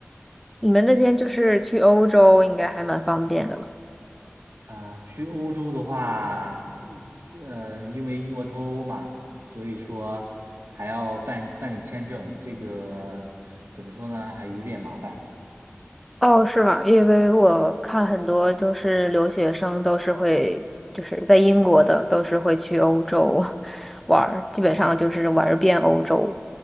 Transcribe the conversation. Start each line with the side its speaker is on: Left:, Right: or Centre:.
Centre: 你们那边就是去欧洲应该还蛮方便的吧？
Right: 啊、去欧洲的话，嗯，因为英国脱欧嘛，所以说还要办办理签证，这个怎么说呢，还有点麻烦。
Centre: 哦，是吗？因为我看很多就是留学生都是会，就是在英国的都是会去欧洲 <laughs> 玩儿，基本上就是玩儿遍欧洲。